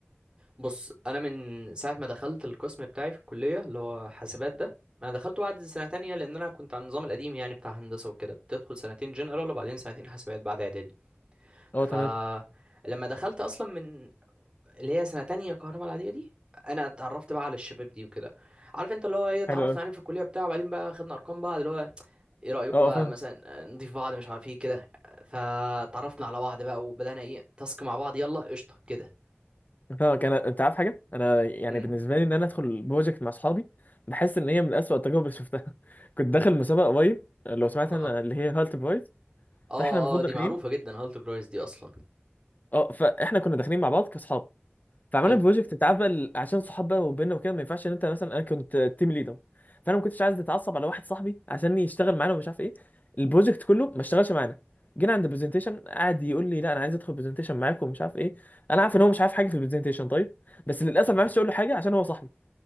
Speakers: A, on the right; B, on the left.
A: بص انا من ساعه ما دخلت القسم بتاعي في الكليه اللي هو حاسبات ده انا دخلته بعد سنه تانية لان انا كنت على النظام القديم يعني بتاع هندسه وكده بتدخل سنتين جنرال وبعدين سنتين حاسبات بعد اعدادي
B: اه
A: ف
B: تمام
A: لما دخلت اصلا من اللي هي سنه تانية كهرباء العاديه دي انا اتعرفت بقى على الشباب دي وكده عارف انت اللي هو ايه اتعرفنا
B: حلو قوي
A: عليهم في الكليه بتاع وبعدين بقى خدنا ارقام بعض اللي هو ايه رايكم
B: اه
A: بقى
B: اه، فاهم
A: مثلا آه، نضيف بعض مش عارف ايه كده فتعرفنا على بعض بقى وبدانا ايه تاسك مع بعض يلا قشطه كده
B: فاهمك انا انت عارف حاجه انا يعني
A: امم
B: بالنسبه لي ان انا ادخل بروجكت مع اصحابي بحس ان هي من اسوأ التجارب اللي شفتها <laughs> كنت داخل مسابقه قريب لو سمعت
A: اه
B: انا اللي هي هالت برايز
A: اه
B: فاحنا المفروض
A: اه دي
B: داخلين
A: معروفة جدا هالت برايس دي اصلا
B: اه فاحنا كنا داخلين مع بعض كاصحاب فعملنا
A: حلو
B: بروجكت انت عارف بقى ال- عشان صحاب بقى وبيننا وكده ما ينفعش ان انت مثلا انا كنت تيم ليدر فانا ما كنتش عايز اتعصب على واحد صاحبي عشان يشتغل معانا ومش عارف ايه البروجكت كله ما اشتغلش معانا جينا عند البرزنتيشن قعد يقول لي لا انا عايز ادخل برزنتيشن معاكم ومش عارف ايه انا عارف ان هو مش عارف حاجه في البرزنتيشن طيب بس للاسف
A: مم.
B: ما عرفتش اقول له حاجه عشان هو صاحبي